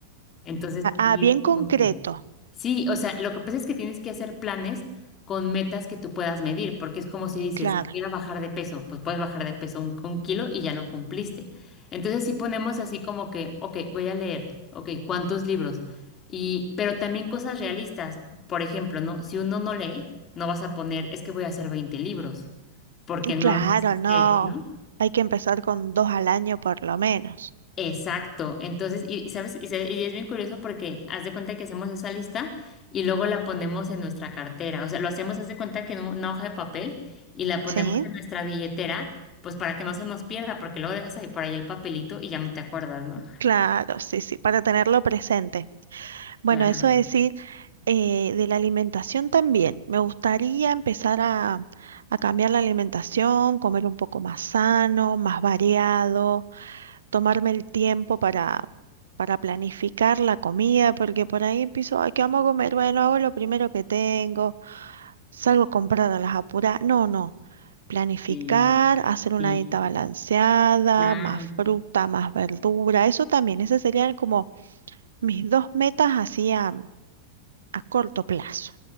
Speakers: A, on the left; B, on the right.
A: Entonces, ahí
B: ah, bien
A: es como
B: concreto,
A: que Sí, o sea, lo que pasa es que tienes que hacer planes con metas que tú puedas medir, porque es como si dices,
B: claro,
A: voy a bajar de peso, pues puedes bajar de peso un, un kilo y ya lo cumpliste. Entonces, si ponemos así como que, ok, voy a leer, ok, ¿cuántos libros? Y, pero también cosas realistas. Por ejemplo, ¿no? Si uno no lee, no vas a poner, es que voy a hacer 20 libros, porque no
B: claro,
A: los vas a hacer,
B: no,
A: ¿no?
B: hay que empezar con dos al año por lo menos,
A: Exacto. Entonces, y, y sabes, y, se- y es bien curioso porque haz de cuenta que hacemos esa lista y luego la ponemos en nuestra cartera. O sea, lo hacemos, haz de cuenta que en una hoja de papel y la ponemos
B: ¿sí?
A: en nuestra billetera, pues para que no se nos pierda, porque luego dejas ahí por ahí el papelito y ya no te acuerdas, ¿no?
B: Claro, sí, sí, para tenerlo presente. Bueno,
A: Claro,
B: eso es decir, eh, de la alimentación también, me gustaría empezar a, a cambiar la alimentación, comer un poco más sano, más variado, tomarme el tiempo para... para planificar la comida, porque por ahí empiezo, ay, ¿qué vamos a comer? Bueno, hago lo primero que tengo, Salgo a comprar a las apuras. No, no. Planificar,
A: sí,
B: hacer una
A: sí,
B: dieta balanceada,
A: claro.
B: más fruta, más verdura. Eso también, esas serían como mis dos metas así a, a corto plazo.